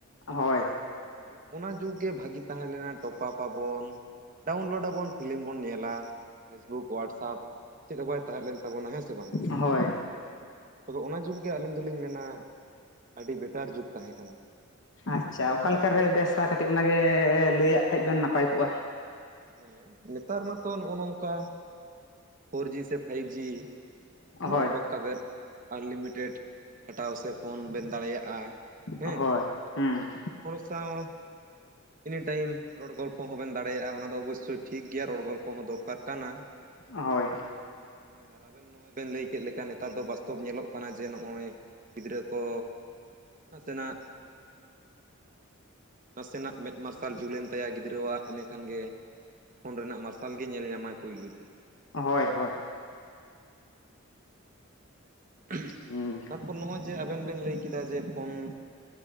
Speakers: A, on the left; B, on the right.
A: ᱦᱚᱭ᱾
B: ᱢᱟᱱᱮ ᱚᱱᱟ ᱡᱩᱜᱽ ᱜᱮ ᱵᱷᱟᱜᱤ ᱛᱟᱦᱮᱸ ᱞᱮᱱᱟ ᱴᱚᱯᱟᱯ ᱯᱟᱵᱚᱱᱼᱼ ᱰᱟᱣᱩᱱᱞᱳᱰ ᱟᱵᱚᱱ ᱯᱷᱤᱞᱤᱢ ᱵᱚᱱ ᱧᱮᱞᱟ, ᱯᱷᱮᱥᱵᱩᱠ ᱣᱟᱴᱥᱟᱯ ᱪᱮᱫ ᱦᱚᱸ ᱵᱟᱭ ᱛᱟᱦᱮᱸ ᱞᱮᱱ ᱛᱟᱵᱚᱱᱟ ᱦᱮᱸᱥ ᱪᱮ ᱵᱟᱝ?
A: ᱦᱳᱭ
B: ᱟᱫᱟ ᱚᱱᱟ ᱡᱩᱜᱽ ᱜᱮ ᱟᱹᱞᱤᱧ ᱫᱩᱞᱤᱧ ᱢᱮᱱᱟ, ᱟᱹᱰᱤ ᱵᱮᱴᱟᱨ ᱡᱩᱜᱽ ᱛᱟᱦᱮᱸ ᱠᱟᱱᱟ᱾
A: ᱟᱪᱪᱷᱟ ᱚᱠᱟ ᱞᱮᱠᱟ ᱨᱮ ᱵᱮᱥᱟ ᱠᱟᱹᱴᱤᱡ ᱚᱱᱟ ᱜᱮ ᱞᱟᱹᱭᱟᱜ ᱠᱷᱟᱡ ᱵᱮᱱ ᱱᱟᱯᱟᱭ ᱠᱚᱜᱼᱟ᱾
B: ᱦᱮᱸ ᱱᱮᱛᱟᱨ ᱢᱟᱛᱚ ᱱᱚᱜ-ᱚ ᱱᱚᱝᱠᱟ ᱯᱷᱳᱨ ᱡᱤ ᱥᱮ ᱯᱷᱟᱭᱤᱵᱷ ᱡᱤ᱾
A: ᱦᱳᱭ
B: ᱯᱷᱳᱱ ᱚᱰᱚᱠ ᱠᱟᱛᱮᱫ ᱟᱱᱞᱤᱢᱤᱴᱮᱰ ᱜᱷᱟᱴᱟᱣ ᱥᱮ ᱯᱷᱳᱱ ᱵᱮᱱ ᱫᱟᱲᱮᱭᱟᱜᱼᱟ᱾ ᱦᱮᱸ
A: ᱦᱳᱭ, ᱦᱩᱸ᱾
B: ᱦᱚᱲ ᱥᱟᱶ ᱮᱱᱤᱴᱟᱭᱤᱢ ᱨᱚᱲ ᱜᱚᱞᱯᱚ ᱦᱚᱸ ᱵᱮᱱ ᱫᱟᱲᱮᱭᱟᱜᱼᱟ ᱚᱱᱟ ᱫᱚ ᱚᱵᱚᱥᱥᱳᱭ ᱴᱷᱤᱠ ᱜᱮᱭᱟ ᱨᱚᱲ ᱜᱚᱞᱯᱚ ᱦᱚᱸ ᱫᱚᱨ ᱯᱟᱠ ᱠᱟᱱᱟ᱾
A: ᱦᱳᱭ
B: ᱦᱮᱸ ᱟᱨ ᱟᱵᱮᱱ ᱱᱚᱜᱼᱚᱭ ᱵᱮᱱ ᱞᱟᱹᱭ ᱠᱮᱜ ᱞᱮᱠᱟ ᱱᱮᱛᱟᱨ ᱫᱚ ᱵᱟᱥᱛᱚᱵ ᱧᱮᱞᱚᱜ ᱠᱟᱱᱟ, ᱡᱮ ᱱᱚᱜᱼᱚᱭ ᱜᱤᱫᱽᱨᱟᱹ ᱠᱚ ᱱᱟᱥᱮᱱᱟᱜ, ᱱᱟᱥᱮᱱᱟᱜ ᱢᱮᱫ ᱢᱟᱨᱥᱟᱞ ᱡᱩᱞ ᱮᱱ ᱛᱟᱭᱟ ᱜᱤᱫᱽᱨᱟᱹᱣᱟᱜ ᱤᱱᱟᱹ ᱠᱷᱟᱱ ᱜᱮ ᱯᱷᱳᱱ ᱨᱮᱱᱟᱜ ᱢᱟᱨᱥᱟᱞ ᱜᱮ ᱧᱮᱞ ᱧᱟᱢᱟᱭ ᱯᱩᱭᱞᱩ ᱛᱮ᱾
A: ᱦᱳᱭ ᱦᱳᱭ᱾
B: ᱦᱮᱸ,
A: ᱦᱩᱸ
B: ᱛᱟᱨᱯᱚᱨ ᱱᱚᱜᱼᱚᱭ ᱡᱮ ᱟᱵᱮᱱ ᱵᱮᱱ ᱞᱟᱹᱭ ᱠᱮᱫᱟ ᱡᱮ ᱯᱷᱳᱱ᱾